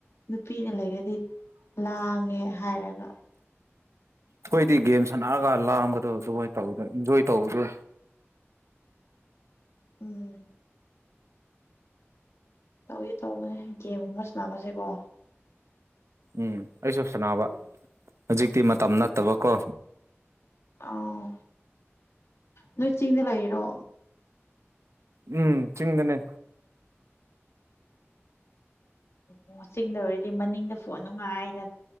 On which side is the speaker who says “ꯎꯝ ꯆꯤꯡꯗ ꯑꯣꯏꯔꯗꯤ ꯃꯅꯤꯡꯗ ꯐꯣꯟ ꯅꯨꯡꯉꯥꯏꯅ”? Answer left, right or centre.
Left